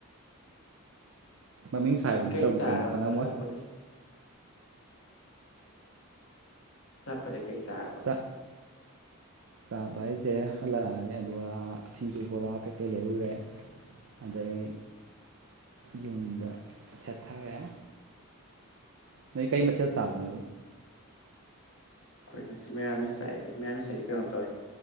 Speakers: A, on the right (about 60°); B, on the left (about 60°).
A: ꯃꯃꯤꯡꯁꯨ ꯍꯥꯏꯕ
B: ꯀꯩ
A: ꯅꯠꯇꯕꯨ
B: ꯆꯥꯔꯕ
A: ꯀꯩꯅꯣ ꯈꯪꯉꯝꯃꯣꯏ
B: ꯍꯜꯂꯛꯄꯗꯩ ꯂꯄꯔꯦ ꯀꯩ ꯆꯥꯔꯕ
A: ꯆꯥꯛ ꯆꯥꯕ ꯍꯥꯏꯁꯦ ꯍꯜꯂꯛꯑꯅꯤ ꯑꯗꯨꯒ ꯁꯤꯡꯖꯨ ꯕꯣꯔꯥ ꯀꯩꯀꯩ ꯂꯩꯔꯨꯔꯦ ꯑꯗꯩ ꯌꯨꯝꯗ ꯁꯦꯠꯊꯔꯦ ꯅ ꯀꯩ ꯃꯆꯦꯜ ꯁꯥꯐꯅꯦꯕ
B: ꯑꯩꯈꯣꯏ ꯉꯁꯤ ꯃꯩꯔꯥꯃꯤꯁꯥꯏ ꯃꯩꯔꯥꯃꯤꯁꯥꯏꯗꯤ ꯀꯩꯅꯣ ꯇꯧꯋꯤ